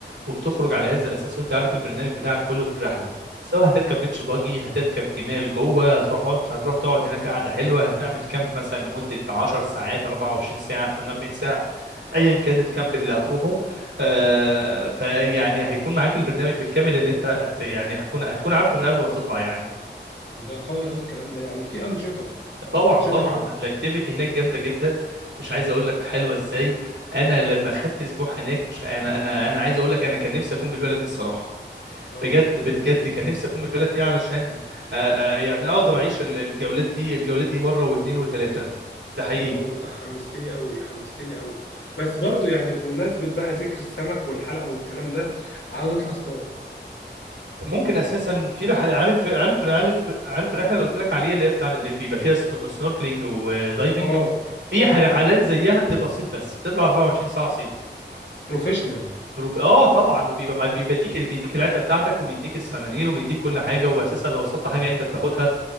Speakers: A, on the right; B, on the left.
A: وبتخرج على هذا الاساس وانت عارف البرنامج بتاعك كله في الرحله سواء هتركب بيتش باجي هتركب جمال جوه هتروح هتروح تقعد هناك قاعده حلوه هتعمل كامب مثلا لمده 10 ساعات 24 ساعه 48 ساعه ايا كان الكامب اللي هتروحه آه فيعني هيكون معاك البرنامج بالكامل اللي انت هت يعني هتكون هتكون عارفه من قبل ما تطلع يعني
B: ده قوي قوي الكلام ده يعني في أنشطة
A: طبعا
B: أنشطة
A: طبعا
B: جامدة
A: الاكتيفيتي هناك جامده جدا مش عايز
B: امم
A: اقول لك حلوه ازاي انا لما خدت اسبوع هناك مش انا انا انا عايز اقول لك انا كان نفسي اكون بالبلد دي الصراحه
B: اه
A: بجد بجد كان نفسي اكون من البلد دي علشان آه، آه، يعني اقدر اعيش ال- الجولات دي الجولات دي مره واثنين وثلاثه ده حقيقي
B: واو انت حمستني قوي حمستني قوي بس برضو يعني بمناسبة بقى ذكر السمك والحلقة والكلام ده عاوز اطلع اصطاد
A: ممكن اساسا في رح... عارف عارف عارف عارف الرحله اللي قلت لك عليها اللي هي بتاع اللي بيبقى فيها سنو- سنوركلينج ودايفنج
B: اه
A: في
B: اه
A: رحلات زيها بتبقى صيد بس تطلع 24 ساعه صيد
B: بروفيشنال
A: بروف اه طبعا وبيبقى مع- بيديك بيديك العده بتاعتك وبيديك السنانير وبيديك كل حاجه واساسا لو وصلت حاجه انت بتاخدها